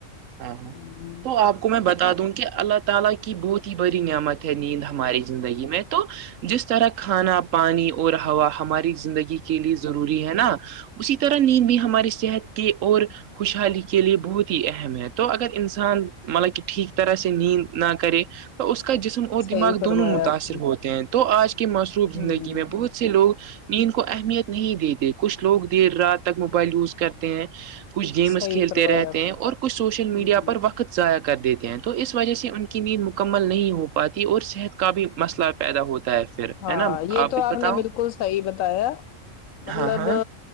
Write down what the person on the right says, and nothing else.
ہاں ہاں
تو آپ کو میں بتا دوں کہ اللہ تعالی کی بہت ہی بڑی نعمت ہے نیند ہماری زندگی میں تو جس طرح کھانا پانی اور ہوا ہماری زندگی کے لیے ضروری ہے نا اسی طرح نیند بھی ہماری صحت کے اور خوشحالی کے لیے بہت ہی اہم ہے تو اگر انسان مطلب کہ ٹھیک طرح سے نیند نہ کرے تو اس کا جسم اور
دماغ
دونوں متاثر
ہوتے ہیں تو آج کے معصروف زندگی
میں بہت سے لوگ نیند کو اہمیت نہیں دیتے کچھ لوگ دیر رات تک موبائل یوز کرتے ہیں کچھ گیمس
کھیلتے
رہتے
ہیں اور کچھ سوشل
میڈیا پر
وقت ضائع کر دیتے ہیں تو اس وجہ سے ان کی نیند مکمل نہیں ہو پاتی اور صحت کا بھی مسئلہ پیدا ہوتا ہے پھر
ہے نا
بھی
بتاؤ
ہاں ہاں